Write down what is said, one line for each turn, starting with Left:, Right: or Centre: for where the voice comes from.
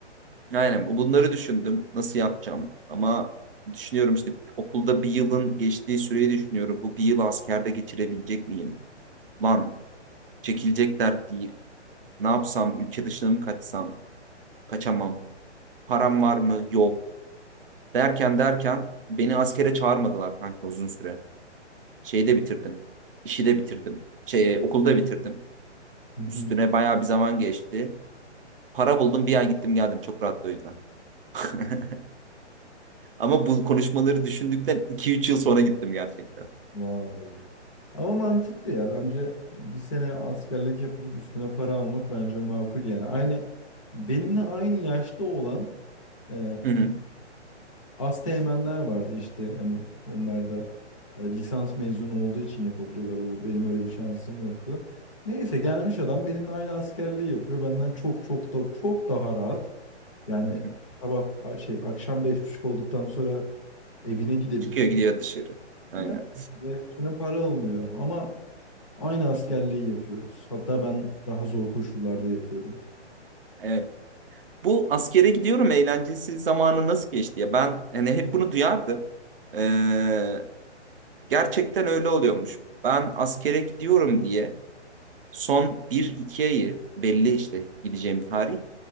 Right: Aynen bu- bunları düşündüm nasıl yapacağım ama düşünüyorum işte okulda bir yılın geçtiği süreyi düşünüyorum. Bu bir yıl askerde geçirebilecek miyim? Lan çekilecek dert değil. Ne yapsam ülke dışına mı kaçsam? Kaçamam. Param var mı? Yok. Derken derken beni askere çağırmadılar kanka uzun süre. Şeyi de bitirdim. İşi de bitirdim. Şey, okulda bitirdim.
Left: Hı hı.
Right: Üstüne bayağı bir zaman geçti. Para buldum bir ay gittim geldim çok rahat o yüzden. <laughs> Ama bu konuşmaları düşündükten iki üç yıl sonra gittim gerçekten.
Left: Wow. Ama mantıklı ya. Bence bir sene askerlik yapılıp üstüne para almak bence makul yani. Aynı benimle aynı yaşta olan e,
Right: Hı hı.
Left: asteğmenler vardı işte. Hani onlar da e, lisans mezunu olduğu için yapabiliyorlar oğlum. Benim öyle bir şansım yoktu. Neyse gelmiş adam benimle aynı askerliği yapıyor. Benden çok çok da çok daha rahat. Yani
Right: Hı hı.
Left: sabah a- şey akşam beş buçuk olduktan sonra evine gidebiliyor.
Right: Çıkıyor gidiyor dışarı. Aynen.
Left: Ya ve üstüne para alıyor. Ama Aynı askerliği yapıyoruz. Hatta ben daha zor koşullarda yapıyorum.
Right: Evet. Bu askere gidiyorum eğlencesi zamanı nasıl geçti ya? Ben hani hep bunu duyardım. Ee, gerçekten öyle oluyormuş. Ben askere gidiyorum diye son bir iki ayı belli işte gideceğim tarih.